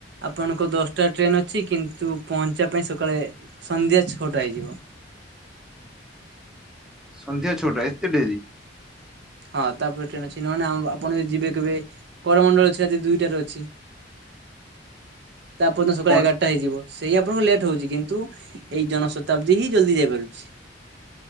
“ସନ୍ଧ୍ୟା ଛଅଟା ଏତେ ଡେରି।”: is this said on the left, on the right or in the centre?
Centre